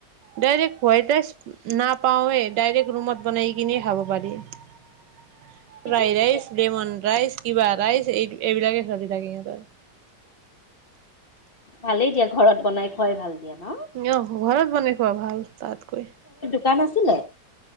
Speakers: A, on the right; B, on the left.
A: ডাইৰেক্ট হোৱাইট ৰাইচ নাপাওঁৱে ডাইৰেক্ট ৰুমত বনাই কিনি খাব পাৰি। ফ্ৰাই
B: ঠিকে আছে
A: ৰাইচ
B: দিয়া
A: লেমন ৰাইচ কিবা লাই এই এইবিলাকে চলি থাকে সিহঁতৰ।
B: ভালেই দিয়া ঘৰত বনাই খোৱাই ভাল। দিয়া ন?
A: অ', ঘৰত বনাই খোৱা ভাল তাতকৈ।
B: তাত আাছিলে